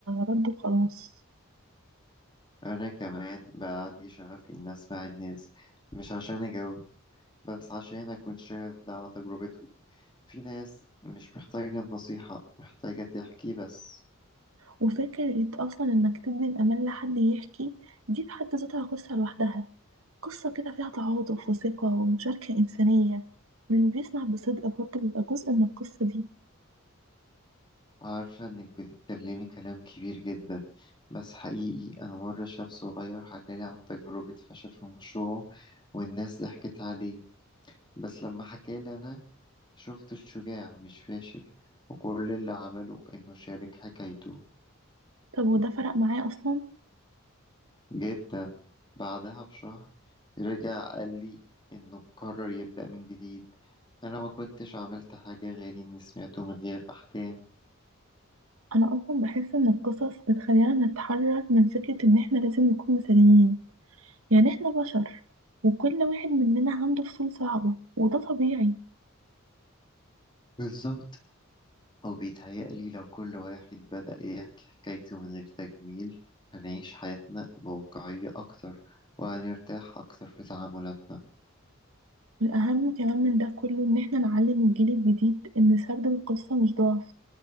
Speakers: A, on the right; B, on the left.
A: رد وخلاص
B: أنا كمان بقى عندي شغف إن أسمع الناس مش عشان أجاوب بس عشان أكون شاهد على تجربتهم في ناس مش محتاجة النصيحة محتاجة تحكي بس
A: وفكرة أصلا إنك تدي الأمان لحد يحكي دي في حد ذاتها قصة لوحدها قصة كده فيها تعاطف وثقة ومشاركة إنسانية واللي بيسمع بصدق برضه بيبقى جزء من القصة دي
B: عارفة إنك بتتكلمي كلام كبير جدا بس حقيقي أنا مرة شاب صغير حكالي عن تجربة فشل في مشروعه والناس ضحكت عليه بس لما حكالي أنا شفته شجاع مش فاشل وكل اللي عمله إنه شارك حكايته
A: طب وده فرق معايا أصلا
B: جدا بعدها بشهر رجع قال لي انه قرر يبدأ من جديد انا ما كنتش عملت حاجة غير اني سمعته من غير احكام
A: أنا أصلا بحس إن القصص بتخلينا نتحرر من فكرة إن إحنا لازم نكون مثاليين يعني احنا بشر وكل واحد مننا عنده فصول صعبة وده طبيعي
B: بالظبط او بيتهيألي لو كل واحد بدأ يحكي حكايته من غير تجميل هنعيش حياتنا بواقعية اكتر وهنرتاح اكتر في تعاملاتنا
A: والأهم كمان من ده كله إن احنا نعلم الجيل الجديد إن سرد القصة مش ضعف